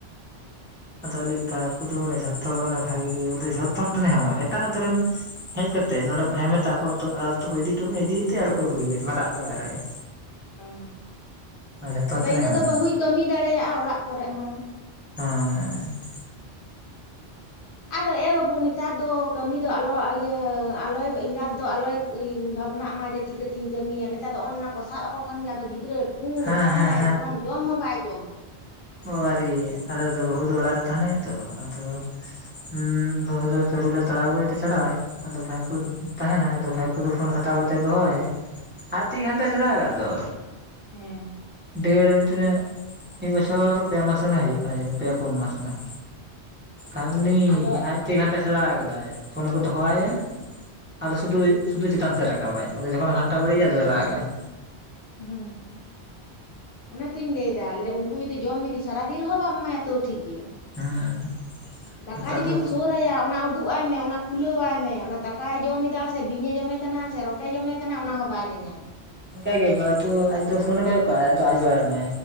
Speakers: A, on the left; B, on the right.
A: <unintelligible>
B: ᱟᱫᱚ ᱟᱹᱞᱤᱡ ᱵᱷᱟᱭᱯᱳ ᱫᱚ ᱡᱚᱛᱚ ᱦᱚᱲ ᱢᱟᱱᱮ ᱵᱷᱟᱜᱮ ᱜᱮ ᱵᱚᱞ ᱡᱷᱚᱛᱚ ᱦᱚᱲ ᱴᱷᱮᱱᱮᱚᱜᱼᱟ ᱮᱴᱟᱜ ᱟᱛᱳ ᱨᱮᱱ ᱦᱮᱡ ᱠᱟᱛᱮᱜ ᱱᱚᱸᱰᱮ ᱠᱚ ᱦᱮᱢᱮᱫᱟ ᱟᱠᱚ ᱟᱛᱳ ᱟᱛᱳ ᱠᱚ ᱤᱫᱤ ᱤᱫᱤᱛᱮ ᱟᱨ ᱠᱚ ᱟᱹᱜᱩᱭᱟ ᱢᱟᱨᱟᱜ ᱜᱮ ᱵᱟᱭ ᱨᱟᱜᱟ᱾
A: ᱚ
B: ᱡᱷᱚᱛᱚ
A: ᱟᱫᱚ
B: ᱦᱚᱲ ᱴᱷᱮᱱᱮ
A: ᱤᱱᱟᱹ
B: ᱦᱮᱢᱟᱜ
A: ᱫᱚ ᱵᱟᱹᱦᱩᱭ ᱠᱟᱹᱢᱤ ᱫᱟᱲᱮᱭᱟᱜᱼᱟ ᱚᱲᱟᱜ ᱠᱚᱨᱮᱜ ᱦᱚᱸ᱾
B: ᱦᱮᱸ᱾
A: ᱟᱫᱚ ᱮ ᱵᱟᱹᱵᱩ ᱱᱮᱛᱟᱨ ᱫᱚ ᱠᱟᱹᱢᱤ ᱫᱚ ᱟᱞᱚ ᱤᱭᱟᱹ ᱟᱞᱚᱭ ᱮᱸᱜᱟᱛ ᱫᱚ ᱟᱞᱚᱭ ᱵᱷᱟᱵᱽᱱᱟᱜ ᱢᱟ ᱡᱮ ᱪᱤᱠᱟᱹᱛᱮᱧ ᱠᱟᱹᱢᱤᱭᱟ ᱱᱮᱛᱟᱨ ᱫᱚ ᱚᱱ-ᱱᱟ ᱠᱚ ᱥᱟᱵᱽ ᱟᱠᱚ ᱠᱷᱟᱱ ᱜᱮ ᱟᱫᱚ ᱜᱤᱫᱽᱨᱟᱹ ᱛᱩᱭ
B: ᱦᱮᱸ
A: ᱴᱟᱡ
B: ᱦᱮᱸ
A: ᱵᱚᱨᱚᱝ ᱡᱚᱢ ᱦᱚᱸ ᱵᱟᱭ ᱡᱚᱢᱟ᱾
B: ᱵᱟᱵᱟ ᱨᱮ ᱟᱞᱮ ᱫᱚ ᱵᱟᱦᱩ ᱫᱚ ᱚᱲᱟᱜ ᱨᱮ ᱛᱟᱦᱮᱸᱱᱟᱭ ᱛᱚ, ᱟᱫᱚ᱾ ᱦᱩᱸ ᱵᱟᱹᱦᱩ ᱫᱚ ᱥᱟᱹᱨᱩ ᱞᱮ ᱛᱟᱲᱟᱣ ᱟᱹᱜᱩᱭ ᱛᱮ ᱪᱷᱟᱰᱟᱣᱟᱭ ᱟᱫᱚ ᱵᱷᱟᱭ ᱯᱳ ᱛᱟᱦᱮᱸᱱᱟᱭ ᱟᱫᱚ ᱵᱷᱟᱭ ᱟᱫᱚ ᱯᱷᱳᱱ ᱠᱷᱴᱟᱣ ᱠᱟᱛᱮᱫ ᱫᱚᱦᱚᱸᱣᱟᱭᱟᱭ ᱟᱡ ᱛᱮᱜᱮ ᱜᱷᱟᱱᱴᱟ ᱥᱮᱲᱟᱣ ᱟᱠᱟᱫ ᱫᱚ᱾
A: ᱦᱮᱸ᱾
B: ᱰᱮᱲ ᱛᱤᱱᱟᱹᱜ᱾ ᱢᱤᱫ ᱵᱚᱪᱷᱚᱨ ᱯᱮ ᱢᱟᱥ ᱜᱟᱱᱮ ᱦᱩᱭᱩᱜ ᱠᱟᱱᱟ ᱡᱟᱹᱱᱤᱡ ᱯᱮ ᱯᱩᱱ ᱢᱟᱥ ᱜᱟᱱ᱾ ᱟᱨ ᱩᱱᱤ
A: ᱟᱫᱚ
B: ᱟᱡᱛᱤ ᱜᱟᱱᱴᱟ ᱥᱮᱬᱟ ᱟᱠᱟᱫᱟᱭ ᱯᱷᱳᱱ ᱠᱚ ᱫᱚ ᱦᱚᱸ ᱟᱭᱟ ᱟᱫᱚ ᱥᱩᱫᱩ ᱥᱩᱫᱩ ᱪᱮᱛᱟᱱ ᱥᱮ ᱨᱟᱠᱟᱵᱟᱭ ᱟᱫᱚ ᱡᱚᱠᱷᱚᱱ ᱜᱷᱟᱱᱟ ᱮᱴᱟ ᱵᱟᱹᱲᱤᱭᱟ
A: ᱦᱮᱸ
B: ᱟᱫᱚ ᱨᱟᱜᱟᱭ᱾
A: ᱦᱩᱸ᱾ ᱚᱱᱟ ᱛᱧ ᱞᱟᱹᱭᱮᱫᱟ, ᱞᱟᱹᱭ ᱫᱟᱹᱧ ᱩᱱᱠᱩ ᱡᱩᱫᱤ ᱡᱚᱢ ᱡᱩᱫᱤ ᱥᱟᱨᱟᱫᱤᱱ ᱨᱮᱦᱚᱸ ᱵᱟᱢ ᱮᱢᱟᱭᱟ ᱛᱚ ᱴᱷᱤᱠ ᱜᱮᱭᱟ᱾
B: ᱦᱮᱸ᱾
A: ᱫᱟᱠᱟ
B: ᱱᱮᱛᱟᱨ
A: ᱡᱩᱫᱤᱢ
B: ᱫᱚ
A: ᱥᱳᱨᱟᱭᱭᱟ ᱚᱱᱟ ᱩᱫᱩᱜ ᱟᱭ ᱢᱮ ᱚᱱᱟ ᱠᱷᱩᱞᱟᱹᱣᱟᱭ ᱢᱮ ᱚᱱᱟ ᱫᱟᱠᱟᱭ ᱡᱚᱢ ᱮᱫᱟ ᱥᱮ ᱵᱤᱧᱮ ᱡᱚᱢᱮ ᱠᱟᱱᱟ ᱥᱮ ᱨᱚᱴᱮ ᱡᱚᱢᱮ ᱠᱟᱱᱟ ᱚᱱᱟ ᱦᱚᱸ ᱵᱟᱭ ᱧᱮᱧᱟᱢᱟ᱾
B: ᱚᱱᱠᱟᱜ ᱜᱮ ᱵᱷᱟᱭᱯᱳ ᱟᱡ ᱫᱚ ᱯᱷᱳᱱᱮ ᱠᱚᱭᱜ ᱠᱟᱜ-ᱟ ᱟᱫᱚ ᱟᱡᱚᱣᱟᱭ ᱢᱮ᱾